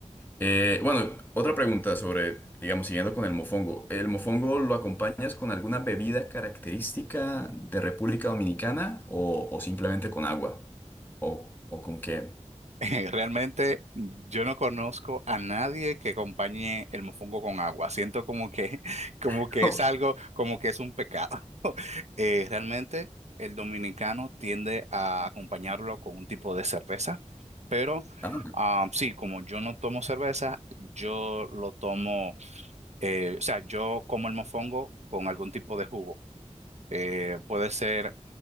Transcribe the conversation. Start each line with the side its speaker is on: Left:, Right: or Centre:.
Left: Eh, bueno, otra pregunta sobre, digamos, siguiendo con el mofongo. ¿El mofongo lo acompañas con alguna bebida característica de República Dominicana o, o simplemente con agua? ¿O, o con qué?
Right: Eh, Realmente yo no conozco a nadie que acompañe el mofongo con agua. Siento como que, <laughs> como
Left: <laughs>
Right: que
Left: Ok.
Right: es algo, como que es un pecado. <laughs> Eh, realmente el dominicano tiende a acompañarlo con un tipo de cerveza, pero
Left: Ah,
Right: ah, sí, como yo no tomo cerveza, yo lo tomo. Eh, o sea, yo como el mofongo con algún tipo de jugo. Eh, puede ser,